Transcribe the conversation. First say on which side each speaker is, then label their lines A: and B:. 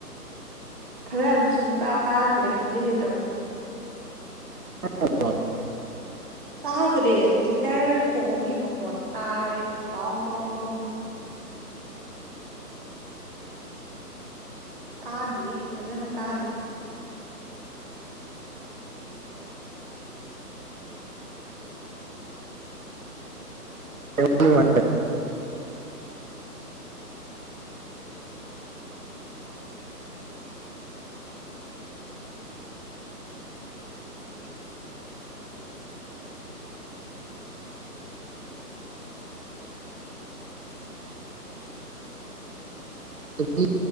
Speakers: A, on the right (about 30°); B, on the right (about 60°).
A: ꯈꯔ ꯁꯨꯡꯇꯥ ꯇꯥꯗ꯭ꯔꯦ ꯍꯧꯖꯤꯛꯀꯤꯗꯣ
B: <inaudible>
A: ꯇꯥꯗ꯭ꯔꯦ ꯒꯤꯇꯥꯔ ꯈꯣꯡꯒꯤ ꯃꯈꯣꯟ ꯇꯥꯔꯦ ꯇ‌ꯣꯡ ꯇ‌ꯣꯡ ꯇꯣꯡ ꯇꯥꯗꯤꯌ‌ꯦ ꯐꯖꯅ ꯇꯥꯗꯦ
B: <inaudible> <inaudible>